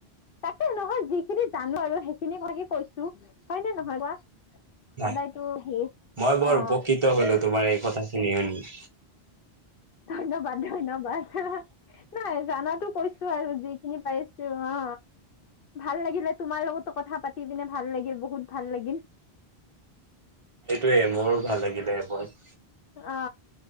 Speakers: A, on the left; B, on the right.
A: তাকে নহয় যিখিনি জানো আৰু সেইখিনি ভাগি কৈছো, হয় নে নহয় কোৱা? সদায়তো
B: নাই
A: সেই
B: মই বৰ
A: অ
B: উপকৃত হলো তোমাৰ এই কথাখিনি শুনি।
A: ধন্যবাদ ধন্যবাদ। হা হা নাই। জানাতো কৈছো আৰু যিখিনি পাৰিছ ছো অ, ভাল লাগিলে তোমাৰ লগতো কথা পাতি পিনে ভাল লাগিল বহুত ভাল লাগিল।
B: সেইটোয়ে মোৰো ভাল লাগিলে এপত।
A: অ,